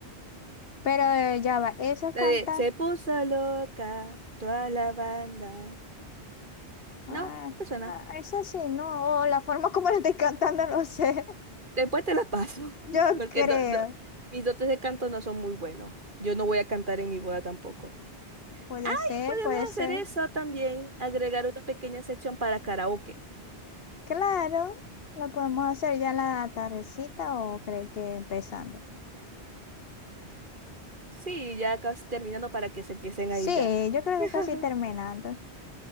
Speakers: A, on the left; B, on the right.
A: Pero eh, ya va, eso
B: La
A: canta,
B: de se puso loca toda la banda.
A: ah,
B: ¿No? no ¿Te suena?
A: ah, eso sí, no, o la forma como lo estoy cantando, no sé,
B: Después te la paso,
A: <laughs>
B: <laughs>
A: yo
B: porque
A: creo,
B: no- no- mis dotes de canto no son muy buenos. Yo no voy a cantar en mi boda tampoco.
A: puede
B: Y
A: ser,
B: podemos
A: puede ser,
B: hacer eso también, agregar una pequeña sección para karaoke.
A: claro, lo podemos hacer ya en la tardecita o cree que empezando.
B: Sí, ya casi terminando para que se empiecen
A: Sí,
B: a ir ya.
A: yo creo
B: <laughs>
A: que casi terminando,